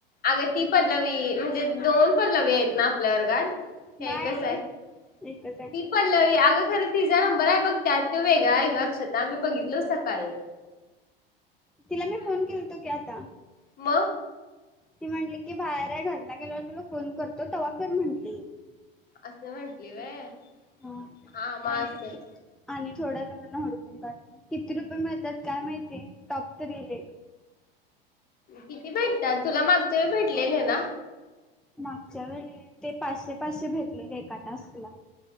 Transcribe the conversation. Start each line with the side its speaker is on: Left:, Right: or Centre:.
Left: अगं ती पल्लवी म्हणजे दोन पल्लवी आहेत ना आपल्या वर्गात का
Centre: नाही
Left: एक च हाय ती
Centre: एकच आहे
Left: पल्लवीआग खरं तिझा नंबर आहे बघ त्यात तो वेगळा आहे ग अक्षता आम्ही बघितलो सकाळी
Centre: तिला मी फोन केलतो की आता
Left: म
Centre: ती म्हटली की बाहेर आहे घरला गेल्यावर तुला फोन करतो तवा कर म्हणल. <unintelligible>
Left: असं म्हणटली व्हय.
Centre: हा
Left: हा मग
Centre: आणि
Left: असेल.
Centre: आणि थोडं हडकून काढतो किती रुपये मिळतात काय माहितीय टॉप तर येईल एक.
Left: किती भेटतात तुला मागचं व भेटलेल ना.
Centre: मागच्या वेळी ते पाचशे पाचशे भेटले एका टास्क ला.